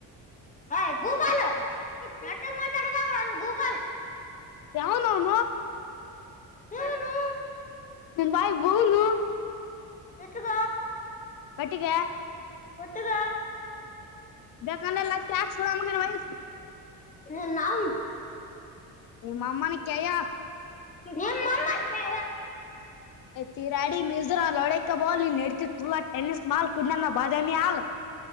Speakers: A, on the left; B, on the left.
A: ಹಯ ಗೂಗಲ್ ನಟ ಮಾತಾಡ ಗೂಗಲ್.
B: ಯಾವ ನಾನ
A: ಇವನು
B: ನನ್ ಬಾಯ್ ಬೂನು
A: ಇತ್ತುಗ
B: ಕಟ್ಟಿಗೆ
A: ಒತ್ತುದ
B: ಬೇಕಾನಲ್ಲತ ಆಗ ಸೋಡ ಮಗ ಮಾಹಿತ
A: ನಿರ್ ನಾಮ
B: ನಿ ಮಾಾಮಾ ನ ಕಯ
A: ಾಮಾ ಕ
B: ತಿರಾಡಿ ಮಜರಾ ಲಡೈಕ ಬಲ್ ನೆಡಕ ತು ೆನಿಸಸ್ ಮಾಲ್ ಕುಡ್ಣ ಬಾದಾಮಿ ಹಾಲ